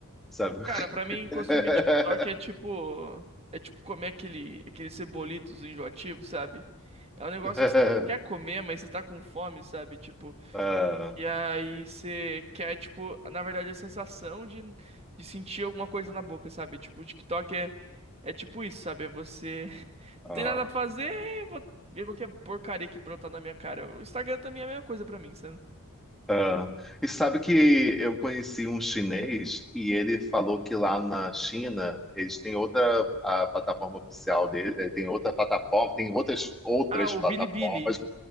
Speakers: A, in the centre; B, on the right (about 30°).
A: sabe?
B: Cara, pra mim,
A: <laughs>
B: consumir TikTok é tipo. É tipo comer aquele, aqueles cebolitos enjoativos, sabe? É um negócio
A: É,
B: que você não quer comer, mas você tá com fome, sabe? Tipo,
A: é,
B: e aí você quer, tipo, na verdade, a sensação de, de sentir alguma coisa na boca, sabe? Tipo, o TikTok é, é tipo isso, sabe? É você. Não
A: é.
B: tem nada pra fazer, vou ver qualquer porcaria que brotar na minha cara. O Instagram também é a mesma coisa pra mim, sabe?
A: Ah, e sabe que eu conheci um chinês e ele falou que lá na China eles têm outra a plataforma oficial dele, eh, tem outra plataforma, tem outras outras
B: Ah, o
A: plataformas,
B: Bilibili.